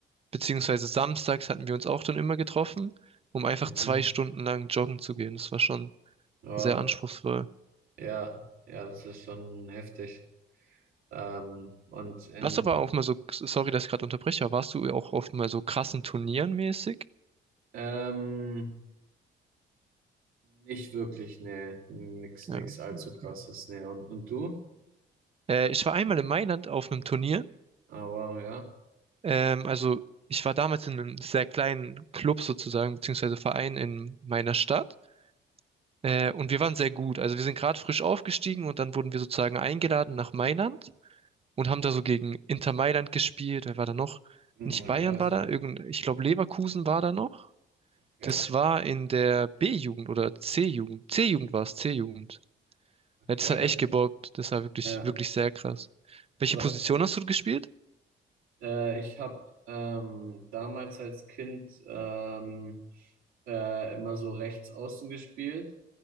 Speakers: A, on the right; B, on the right.
A: beziehungsweise samstags hatten wir uns auch dann immer getroffen, um einfach
B: mhm.
A: zwei Stunden lang joggen zu gehen. Das war schon
B: Ja.
A: sehr anspruchsvoll.
B: Ja, ja, das ist schon heftig. Ähm, und in,
A: Warst du aber auch mal so, sorry, dass ich gerade unterbreche, aber warst du auch oft mal so krassen Turnieren mäßig?
B: ähm, nicht wirklich, nee, nix,
A: Ja.
B: nix allzu
A: okay.
B: krasses, nee. Und, und du?
A: Äh, ich war einmal in Mailand auf einem Turnier.
B: Aber ja.
A: Ähm, also ich war damals in einem sehr kleinen Club sozusagen, beziehungsweise Verein in meiner Stadt. Äh, und wir waren sehr gut. Also wir sind gerade frisch aufgestiegen und dann wurden wir sozusagen eingeladen nach Mailand und haben da so gegen Inter Mailand gespielt. Wer war da noch?
B: Mhm,
A: Nicht Bayern
B: krass.
A: war da, irgend, ich glaube Leverkusen war da noch.
B: Okay,
A: Das war in der B-Jugend oder C-Jugend. C-Jugend war es, C-Jugend.
B: okay.
A: Ja, das hat echt gebockt. Das war wirklich,
B: Ja.
A: wirklich sehr krass. Welche
B: Wa-
A: Position hast du gespielt?
B: Äh, ich habe ähm, damals als Kind ähm, äh, immer so rechts außen gespielt.